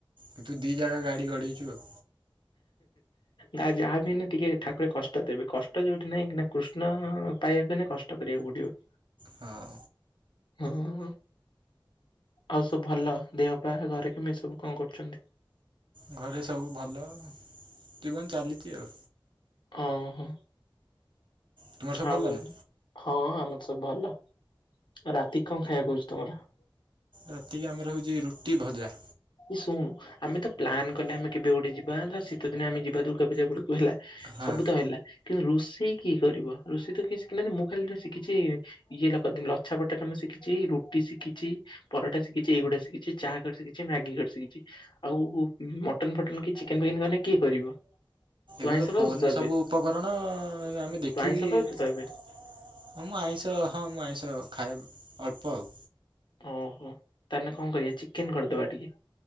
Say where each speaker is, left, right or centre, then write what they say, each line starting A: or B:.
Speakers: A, on the right; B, on the left.
A: କିନ୍ତୁ ଦି ଜାଗା ଗାଡି ଗଡେଇଛୁ ଆଉ।
B: ନା ଯାହା ବି ହେଲେ ଟିକେ ଠାକୁର କଷ୍ଟ ଦେବେ କଷ୍ଟ ଯୋଉଠି ନାହିଁ ନା କୃଷ୍ଣ ପାଇ ପାଇଆକୁ ହେଲେ କଷ୍ଟ କରିବାକୁ ପଡିବ।
A: ହଁ।
B: ହଁହଁ। ଆଉ ସବୁ ଭଲ ଦେହପ ଘରେ କିମି ସବୁ କଣ କରୁଛନ୍ତି?
A: ଘରେ ସବୁ ଭଲ ଜୀବନ ଚାଲିଛି ଆଉ।
B: ଓହୋ।
A: ତୁମର ସବୁ
B: ଆଉ
A: ଭଲ ନା
B: ହଁ। ମତେ ଭଲ ରାତି କଣ ଖାଇବାକୁ କହୁଛି ତମର?
A: ରାତିକି ଆମର ହଉଛି ରୁଟି ଭଜା।
B: ଶୁଣୁ ଆମେ ତ ପ୍ନ୍ କଲେ ଆମେ କେବେ ଗୋଟେ ଯିବା ଧ ଶୀତ ଦିନ ଆମେ ଯିବା ଦୁର୍ଗା ପୂଜା ବେଳକୁ ହେଲା।
A: ହଁ
B: ସବୁ ତ ହେଲା କିନ୍ତୁ ରୋଷେଇ କିଏ କରିବ ରୋଷେଇ ତ କି ଶିଖିଲ ମୁଁ ଖାଲି କିଛି ଇଏ ଲ କ ଲଛା <unintelligible> ମୁଁ ଶିଖିଛି ରୁଟି ଶିକିଛି ପରଟା ଶିଖିଛି ଏଇଗୁଡ଼ା ଶିଖିଛି ଚାହା ଶିଖିଛି। ମ୍ୟାଗି କରିସିଖିଛି ଆଉ ମଟନ ଫଟନ କି ଚିକେନ ଫିକେନ କଲେ କିଏ କରିବ? ତୁ
A: ଏବେ
B: ଆଇଁଷ
A: ତ ଫୋନ
B: ଖାଉଛୁ ଏବେ?
A: ସବୁ ଉପକରଣ ଆମେ ଦେଖିକି
B: ତୁ ଆଇଁଷ ଖାଉଛୁ
A: ହଁ
B: ତ ଏବେ
A: ମୁଁ ଆଇଁଷ ହଁ ମୁଁ ଆଇଁଷ ଖାଇଏ ଅଳ୍ପ ଆଉ।
B: ଓହୋ ତାହେଲେ କଣ କରିବା ଚିକେନ କରିଦବା ଟିକେ